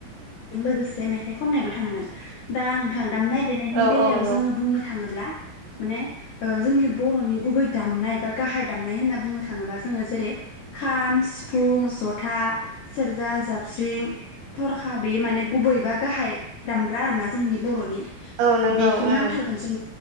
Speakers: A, on the left; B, on the right.
A: बेजों लोगोसे मेथाइ खननायबो थानांगोन दा नोंथां दामनाय देनायनि
B: औ औ
A: बेलायाव जोंङो बुंनो थांङोब्ला माने ओ जोंनि बर'नि गुबै दामनाय बा गाहाय दामनाय होनना बुंनो थाङोबा जोंङो जेरै खाम सिफुं फुं जथा सेरजा जाबस्रिं थरखा बे माने गुबै बा गाहाय दामग्रा आरोना जोंनि बर'नि
B: औ नंगौ
A: बेखौ
B: औ
A: नांथारगोन जों